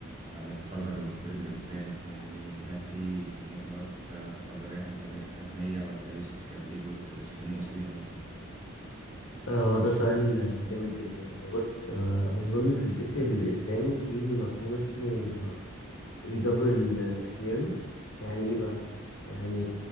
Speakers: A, on the right; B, on the left.
A: عن القدر ودور الإنسان يعني هل دي مسارات آه، قدرية حتمي- حتمية ولا يوسف كان ليه دور في تشكيل مصيره مثلا
B: آه، هو ده سؤال آه، جامد جدا يعني بص آه، أظن في الفكر الإسلامي في مفهوم اسمه آه، الجبر ال- الاختياري يعني إيه بقى؟ يعني